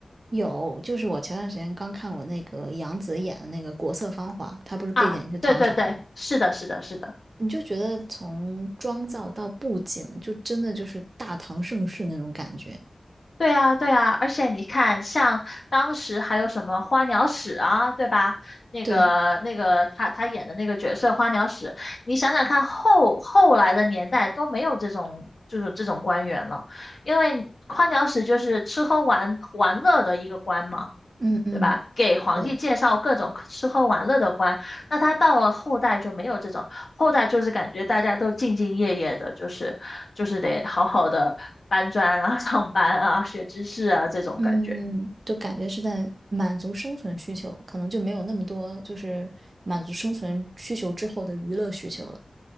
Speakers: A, on the right; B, on the left.
A: 有，就是我前段时间刚看我那个杨紫演的那个《国色芳华》，它不是背景是唐朝吗？
B: 啊？对对对，是的，是的，是的。
A: 你就觉得从妆造到布景，就真的就是大唐盛世那种感觉。
B: 对呀，对呀，而且你看，像当时还有什么花鸟使啊，对吧？那个那个他他演的那个角色花鸟使，
A: 对，
B: 你想想看后后来的年代都没有这种这种这种官员了，因为花鸟使就是吃喝玩玩乐的一个官嘛。
A: 嗯嗯，
B: 对吧？给皇帝介绍各种吃喝玩乐的官，
A: 对，
B: 那他到了后代就没有这种，后代就是感觉大家都兢兢业业的，就是就是得好好的搬砖啊、<laughs> 上班啊、学知识啊这种感觉。
A: 嗯，就感觉是在满足生存需求，可能就没有那么多就是满足生存需求之后的娱乐需求了。